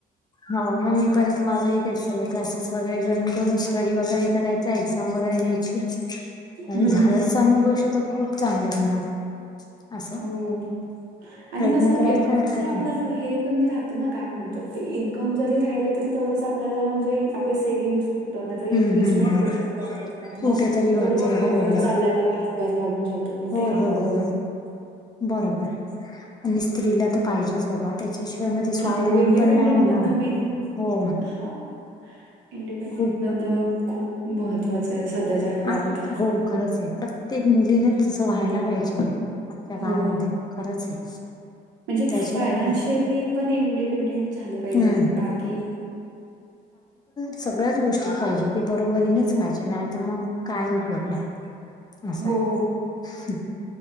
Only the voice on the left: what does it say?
हो मग् ममी पण माझं एक क्लासेस वगैरे जॉईन करून स्टडी वगैरे करायचं जायचं एक्झाम वगैरे द्यायची आणि
झालंच चांगली गोष्ट तर खूप चांगलं होणार. असं
प्रयत्न
करायला काय हरकत
आहे
हम्म
हम्म हम्म
कुठेतरी
होते
हो
हो
हो
हो हो बरोबर आणि स्त्रीला तर पाहिजेच बघा. त्याच्याशिवाय मध्ये स्वावलंबी
पण नाही होणार.
हो
खूप
आ- हो खरंच आहे. प्रत्येक मुलीने तसं व्हायला पाहिजे. ह्या काळामध्ये
खरंच आहे
त्याशिवाय
ना
हम्म
सगळ्यांचं गोष्टी पाहिजे, ती बरोबरीनेच
पाहिजे नाही आता मग काय उपयोग नाही. असं
आहे